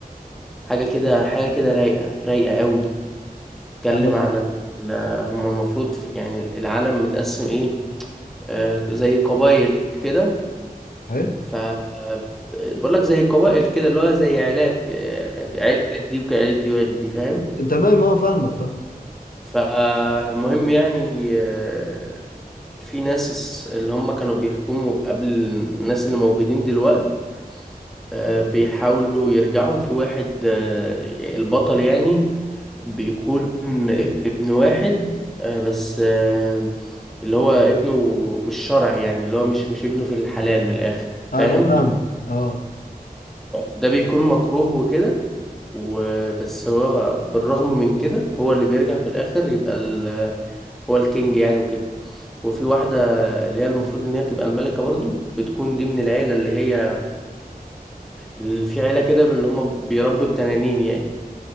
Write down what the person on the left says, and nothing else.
انا
حلو
تمام اه فاهمك فاهم
انا فاهمك اه